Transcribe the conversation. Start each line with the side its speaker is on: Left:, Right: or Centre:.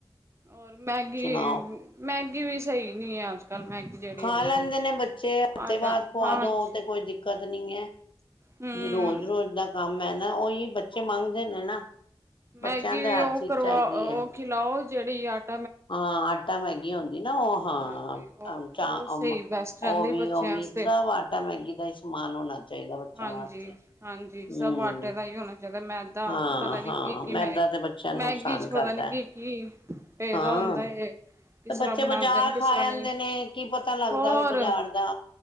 Right: ਹੋਰ ਮੈਗੀ
Left: ਸੁਣਾਓ
Right: ਮੈਗੀ ਵੀ ਸਹੀ ਨੀ ਹੈ ਅੱਜ ਕੱਲ ਮੈਗੀ ਜਿਹੜੀ
Left: ਖਾ
Right: ਆਈ
Left: ਲੈਂਦੇ
Right: ਦੀ।
Left: ਨੇ ਬੱਚੇ ਹਫ਼ਤੇ
Right: ਆਟਾ
Left: ਬਾਅਦ ਖਵਾ
Right: ਹਾਂਜੀ,
Left: ਦੋ ਤੇ ਕੋਈ ਦਿੱਕਤ ਨੀ ਹੈ।
Right: ਹੂੰ।
Left: ਰੋਜ਼ ਰੋਜ਼ ਦਾ ਕੰਮ ਹੈ ਨਾ ਉਹੀ ਬੱਚੇ ਮੰਗਦੇ ਨੇ ਨਾ।
Right: ਮੈਗੀ
Left: ਬੱਚਿਆਂ ਦੇ
Right: ਵੀ
Left: ਹਰ
Right: ਉਹ
Left: ਚੀਜ਼
Right: ਕਰਵਾ
Left: ਚਾਹੀਦੀ
Right: ਉਹ
Left: ਹੈ
Right: ਖਿਲਾਓ ਜਿਹੜੀ ਆਟ
Left: ਹਾਂ ਆਟਾ ਮੈਗੀ ਹੁੰਦੀ ਨਾ ਉਹ ਹਾਂ
Right: ਹਾਂਜੀ, ਉਹ ਉਹ
Left: ਚ
Right: ਸਹੀ ਬੈਸਟ
Left: ਉਹ
Right: ਰਹਿੰਦੀ
Left: ਵੀ
Right: ਬੱਚਿਆਂ
Left: ਉਹ ਵੀ
Right: ਆਸਤੇ।
Left: ਸਭ ਆਟਾ ਮੈਗੀ ਦਾ ਹੀ ਸਮਾਨ ਹੋਣਾ ਚਾਹੀਦਾ ਬੱਚਿਆਂ
Right: ਹਾਂਜੀ,
Left: ਵਾਸਤੇ।
Right: ਹਾਂਜੀ ਸਭ
Left: ਹਮ
Right: ਆਟੇ ਦਾ ਹੀ ਹੋਣਾ ਚਾਹੀਦਾ ਮੈਂ ਤਾਂ
Left: ਹਾਂ
Right: ਪਤਾ ਨੀ
Left: ਹਾਂ
Right: ਕੀ ਕੀ
Left: ਮੈਦਾ
Right: ਮੈਂ
Left: ਤੇ ਬੱਚਿਆਂ ਨੂੰ
Right: ਮੈਗੀ
Left: ਨੁਕਸਾਨ
Right: ਚ
Left: ਕਰਦਾ
Right: ਪਤਾ ਨੀ ਕੀ ਕੀ ਪਏਦਾ
Left: ਹਾਂ
Right: ਹੁੰਦਾ ਏ ਕਿਸ
Left: ਤੇ
Right: ਤਰ੍ਹਾਂ
Left: ਬੱਚੇ
Right: ਬਣਾਂਦੇ
Left: ਬਜ਼ਾਰ
Right: ਨੇ ਕਿਸ
Left: ਖਾ
Right: ਤਰ੍ਹਾਂ ਨਹੀਂ,
Left: ਆੰਦੇ ਨੇ ਕੀ ਪਤਾ ਲੱਗਦਾ
Right: ਹੋਰ,
Left: ਵੇ ਬਜ਼ਾਰ ਦਾ।